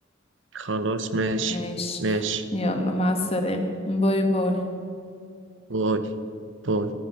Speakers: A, on the right; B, on the left.
A: خلاص ماشي
B: ماشي
A: ماشي
B: يلا مع السلامة باي باي
A: باي باي